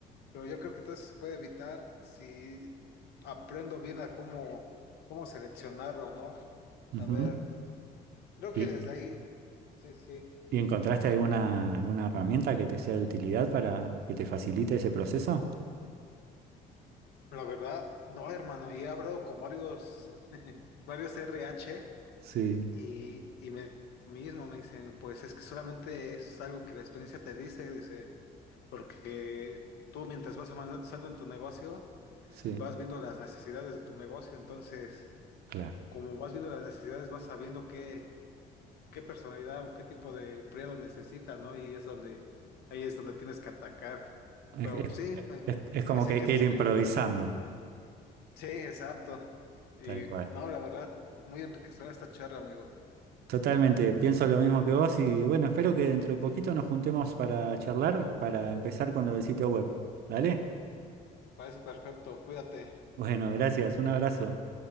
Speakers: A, on the left; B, on the right.
A: pero yo creo que todo eso se puede evitar si aprendo bien a cómo, cómo seleccionarlo, ¿no?
B: Ujú.
A: Saber, creo
B: ¿Y,
A: que desde ahí, sí, sí.
B: y encontraste alguna, alguna herramienta que te sea de utilidad para que te facilite ese proceso?
A: La verdad, no, hermano, y he hablado con varios, <laughs> varios RH
B: Sí,
A: y, y me mismo me dicen, pues es que solamente es algo que la experiencia te dice, dice, porque tú mientras vas avanzando en tu negocio,
B: sí.
A: vas viendo las necesidades de tu negocio, entonces,
B: Claro.
A: como vas viendo las necesidades, vas sabiendo qué, qué personalidad o qué tipo de empleado necesita, ¿no? Y es donde, ahí es donde tienes que atacar.
B: Es,
A: Pero
B: es-
A: sí, me,
B: es- es como
A: me dicen
B: que hay
A: que
B: que
A: es experiencia.
B: ir improvisando,
A: Sí, exacto. Y
B: tal cual.
A: no, la verdad, muy enriquecedora esta charla, amigo.
B: Totalmente, pienso lo mismo que vos y bueno, espero que dentro de poquito nos juntemos para charlar, para empezar con lo del sitio web. ¿Dale?
A: Me parece perfecto. Cuídate.
B: Bueno, gracias, un abrazo.